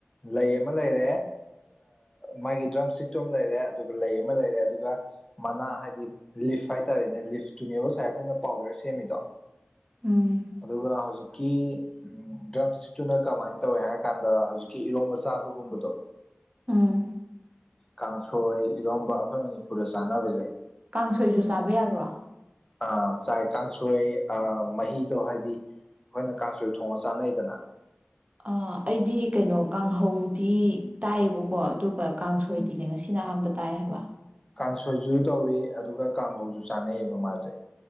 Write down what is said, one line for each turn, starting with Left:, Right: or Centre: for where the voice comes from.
Left: ꯂꯩ ꯑꯃ ꯂꯩꯔꯦ ꯃꯥꯒꯤ ꯗ꯭ꯔꯝ ꯏꯁꯇꯤꯛꯇꯣ ꯑꯃ ꯂꯩꯔꯦ ꯑꯗꯨꯒ ꯂꯩ ꯑꯃ ꯂꯩꯔꯦ ꯑꯗꯨꯒ ꯃꯅꯥ ꯍꯥꯏꯗꯤ ꯂꯤꯞꯐ ꯍꯥꯇꯔꯦꯅꯦ ꯂꯤꯞꯇꯨꯅꯦ ꯉꯁꯥꯏ ꯑꯩꯈꯣ ꯄꯥꯎꯗꯔ ꯁꯦꯝꯃꯤꯗꯣ
Right: ꯎꯝ
Left: ꯑꯗꯨꯒ ꯍꯧꯖꯤꯛ ꯀꯤ ꯎꯝ ꯗ꯭ꯔꯝ ꯏꯁꯇꯤꯛꯇꯨꯅ ꯀꯃꯥꯏꯅ ꯇꯧꯋꯦ ꯍꯥꯏꯔ ꯀꯥꯟꯗ ꯍꯧꯖꯤꯛꯀꯤ ꯏꯔꯣꯝꯕ ꯆꯥꯕꯒꯨꯝꯕꯗꯣ
Right: ꯎꯝ
Left: ꯀꯥꯡ ꯁꯣꯏ ꯏꯔꯣꯝꯕ ꯑꯩꯈꯣꯏ ꯃꯅꯤꯄꯨꯔꯗ ꯆꯥꯟꯅꯕꯁꯦ
Right: ꯀꯥꯡꯁꯣꯏꯁꯨ ꯆꯥꯕ ꯌꯥꯕ꯭ꯔꯣ
Left: ꯑ ꯆꯥꯏ ꯀꯥꯡꯁꯣꯏ ꯑ ꯃꯍꯤꯗꯣ ꯍꯥꯏꯗꯤ ꯑꯩꯈꯣꯏꯅ ꯀꯥꯡꯁꯣꯏ ꯊꯣꯡꯉꯥ ꯆꯥꯅꯩꯗꯅ
Right: ꯑ ꯑꯩꯗꯤ ꯀꯩꯅꯣ ꯀꯥꯡꯍꯧ ꯗꯤ ꯇꯥꯏꯌꯦꯕ ꯀꯣ ꯀ ꯀꯥꯡꯁꯣꯏꯗꯨꯗꯤ
Left: ꯎꯝ
Right: ꯉꯁꯤꯅ ꯑꯍꯥꯟꯕ ꯇꯥꯏ ꯍꯥꯏꯕ
Left: ꯀꯥꯡꯁꯣꯏꯁꯨ ꯇꯧꯏ ꯑꯗꯨꯒ ꯀꯥꯡꯈꯧꯁꯨ ꯆꯥꯅꯩꯌꯦꯕ ꯃꯥꯁꯦ